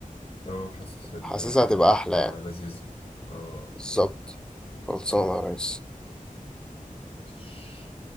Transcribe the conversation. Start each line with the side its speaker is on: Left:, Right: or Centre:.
Left: اه حاسس القعدة
Centre: حاسسها هتبقى
Left: دي
Centre: احلى
Left: هتبقى
Centre: يعني
Left: لذيذة اه
Centre: بالظبط خلصانة يا ريس
Left: يس